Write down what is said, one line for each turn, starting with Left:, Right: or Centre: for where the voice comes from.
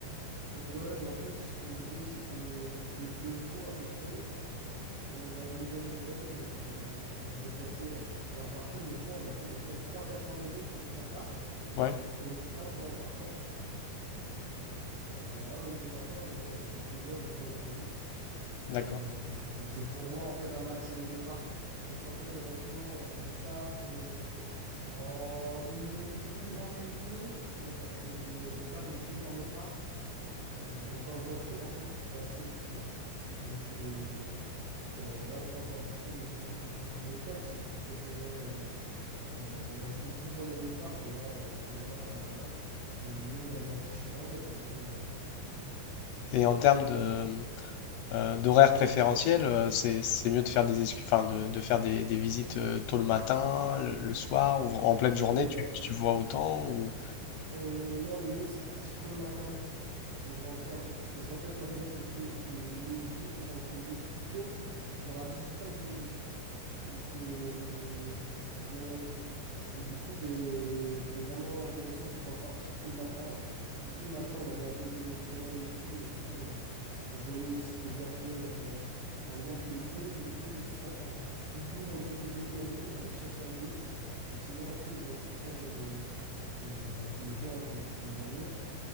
Right: Ouais, ben en fait, c'est ce qu'on faisait, c'est que tous les deux jours à peu près, on avait un nouvel hôtel et on, et on se déplaçait. Alors par contre, des fois, on a fait des peut-être trois quatre heures de route entre chaque parc,
Left: Ouais,
Right: le matin, quoi, en partant. Euh, Il y a un ou deux matins où ouais, on a fait 2 heures ou 3 heures de route.
Left: d'accord.
Right: Mais euh, c'est pour voir en fait un maximum de parcs. Parce qu'en fait, honnêtement, euh, le parc, euh, En une, demi- une journée et demie, bon, t'as fait le... C'est pas des énormes parcs. euh, donc en voiture, en fait, tu fais assez vite, quoi. Donc euh, bah, voilà, après, c'est en fonction de ce que vous, vous voulez faire. Si vous préférez euh, euh, rester tout le temps dans le même parc, ben là, à ce moment-là, euh, voilà. Mais nous, on avait un petit chemin et c'était vraiment bien.
Left: Et en termes de, euh, d'horaire préférentiel, euh, c'est c'est mieux de faire des excu- enfin, de, de faire des, des visites euh, tôt le matin, le, le soir ou en pleine journée,
Right: Ouais.
Left: tu, tu vois autant ou
Right: Euh, non, le mieux, c'est de partir tôt le matin et de rentrer un peu plus. Parce qu'en fait, là-bas, il fait tôt, il fait nuit, jour, enfin, il fait nuit tôt. Genre à 18h, il fait nuit. Donc, euh, même en été. Et du coup, ben, c'était vraiment intéressant de pouvoir partir tôt le matin. Du coup, le matin, on avait un peu le lever de soleil et tout. Et du coup, on, on voyait aussi les derniers. euh, par exemple, les lions. Les lions, ils sortent. Enfin, ils bougent entre guillemets que la nuit. Enfin, ils chassent la nuit. Et sinon, après, ils vont être hyper. euh, Enfin, ils vont. C'est des félins, quoi. Donc, ils vont dormir.